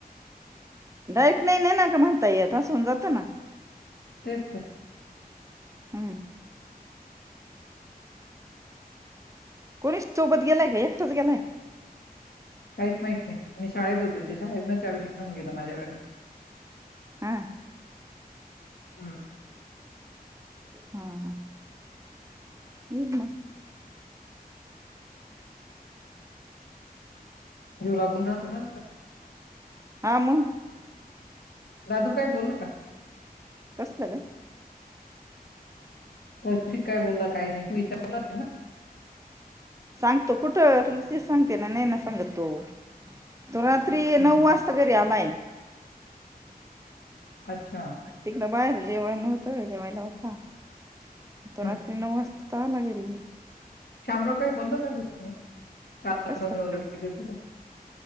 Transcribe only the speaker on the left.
तेस
काहीच माहत नाही मी शाळेत होते ते शाळेतच आवे घेऊन गेो माझ्याकडं.
हा.
जीव लागून राहतो ना
दादू काही बोल का!
कौशिक काय बोलला काही नाही तू विचारला असेल ना.
हम्म
अच्छा.
हम्म
शामराव काही बोललत तु कालाक्रम
जाव गेले.